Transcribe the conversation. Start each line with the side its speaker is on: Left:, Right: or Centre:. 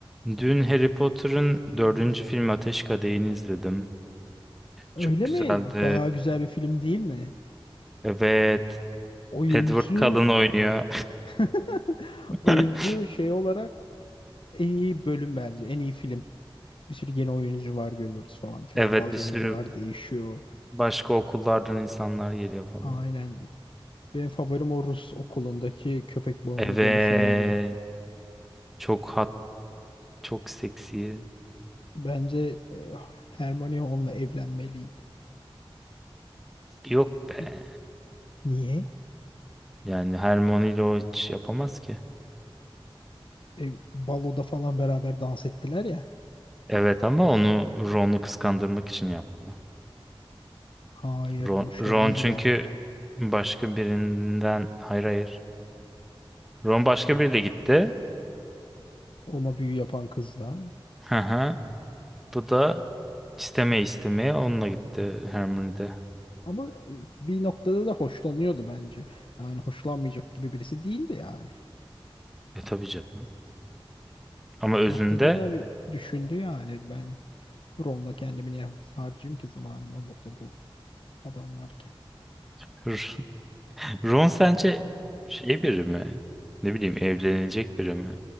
Centre: Dün Harry Potter'ın dördüncü filmi Ateş Kadehi'ni izledim.
Left: Öyle
Centre: Çok güzeldi.
Left: mi? Bayağı güzel bir film değil mi?
Centre: Evet.
Left: Oyuncu
Centre: Edward Cullen oynuyor.
Left: <laughs> oyuncu
Centre: <laughs>
Left: şey olarak en iyi bölüm bence. En iyi film. Bir sürü yeni oyuncular görüyoruz falan filan.
Centre: Evet
Left: Bazı
Centre: bir sürü
Left: oyuncular değişiyor.
Centre: başka okullardan insanlar geliyor falan.
Left: Aynen. Benim favorim o Rus okulundaki köpek balığına
Centre: Evet.
Left: dönüşendi.
Centre: Çok hat, çok seksi.
Left: Bence e, Hermione onunla evlenmeliydi.
Centre: Yok be.
Left: Bir- niye?
Centre: Yani Hermione ile o hiç yapamaz ki.
Left: E, baloda falan beraber dans ettiler ya.
Centre: Evet ama onu Ron'u kıskandırmak için yaptı.
Left: Hayır,
Centre: Ron,
Left: hoşlanıyordu
Centre: Ron çünkü
Left: da ondan.
Centre: başka birinden hayır hayır. Ron başka biriyle gitti.
Left: Ona büyü yapan kızla.
Centre: Hı hı. Bu da isteme istemeye onunla gitti Hermione'de.
Left: Ama e, bir noktada da hoşlanıyordu bence. Yani hoşlanmayacak gibi birisi değildi yani.
Centre: E tabii canım. Ama özünde
Left: Bir noktada da bir düşündü yani ben Ron'la kendimi niye harcayayım ki zamanımı burada bu adam varken.
Centre: <laughs> Ron sence şey biri mi? Ne bileyim evlenilecek biri mi?